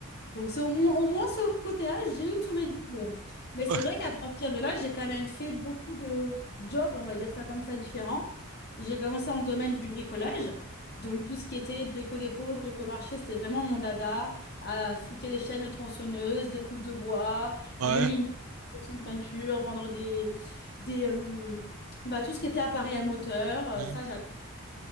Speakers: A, on the left; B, on the right.
A: Donc, c'est au moins, au moins ce côté-là, j'ai eu tous mes diplômes. Mais c'est
B: Ouais, ouais.
A: vrai qu'à partir de là, j'ai quand même fait beaucoup de jobs, on va dire ça comme ça, différents. J'ai commencé dans le domaine du bricolage. Donc, tout ce qui était brico-dépôt, brico-marché, c'était vraiment mon dada. Affûter les chaînes, de tronçonneuses, des coupes de bois,
B: Ouais.
A: le lin, de peinture, vendre des, des, euh, bah, tout ce qui était appareil à moteur. euh,
B: Mm.
A: Ça, j'adore.